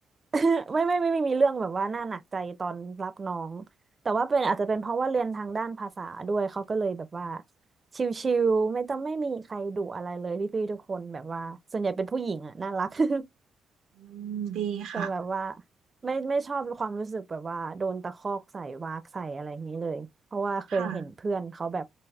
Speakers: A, on the right; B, on the right.
A: <laughs> ไม่ไม่ไม่ไมมีเรื่องแบบว่าน่าหนักใจตอนรับน้องแต่ว่าเป็นอาจจะเป็นเพราะว่าเรียนทางด้านภาษาด้วยเขาก็เลยแบบว่าชิลๆไม่ต้องไม่มีใครดุอะไรเลยพี่ๆทุกคนแบบว่าส่วนใหญ่เป็นผู้หญิงอ่ะน่ารัก <laughs>
B: อืมดีค่ะ
A: แต่แบบว่าไม่ไม่ชอบความรู้สึกแบบว่าโดนตะคอกใส่วากใส่อะไรอย่างนี้เลยเพราะว่าเคยเห็นเพื่อนเขาแบบ
B: ค่ะ